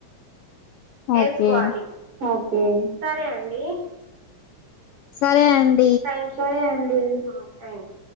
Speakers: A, on the right (about 50°); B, on the left (about 85°).
A: వేసుకోవాలి
B: ఓకే
A: ఓకే సరే అండి
B: సరే అండి
A: థాంక్యూ అండి ఆ థాంక్యూ